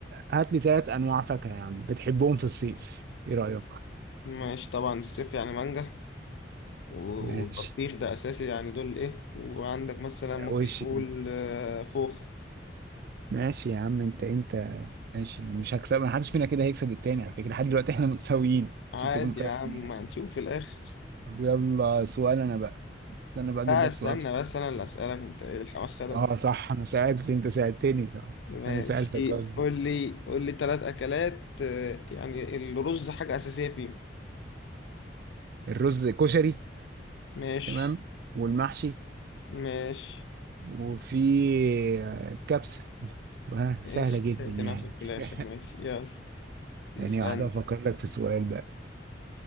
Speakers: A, on the right; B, on the left.
A: هات لي ثلاث انواع فاكهه يا عم بتحبهم في الصيف ايه رايك
B: ماشي طبعا الصيف يعني مانجا و-
A: ماشي
B: والبطيخ ده اساسي يعني دول ايه وعندك مثلا ممكن
A: وش
B: نقول آه، خوخ
A: ماشي يا عم انت انت ماشي مش هكسب محدش فينا كده هيكسب التاني على فكره لحد دلوقتي احنا متساويين
B: عادي
A: عشان تكون فاهم
B: يا عم
A: يعني.
B: هنشوف في الاخر
A: طب يلا سؤال انا بقى انا بقى اجيب
B: لا
A: لك
B: استنى
A: سؤال صعب.
B: بس انا اللي اسالك انت ايه الحماس خدك
A: اه
B: ولا إيه؟
A: صح انا سألت انت سألتني صح
B: ماشي
A: انا سألتك قصدي
B: قول لي قول لي ثلاث اكلات آه، يعني الرز حاجه اساسيه فيهم
A: الرز كشري
B: ماشي
A: تمام والمحشي
B: ماشي
A: وفي آه، كبسة آه،
B: ماشي
A: سهلة جدا
B: لقيت
A: يعني
B: نفسك في الاخر
A: <laughs>
B: ماشي يلا اسالني
A: ثانية واحدة أفكر لك في سؤال بقى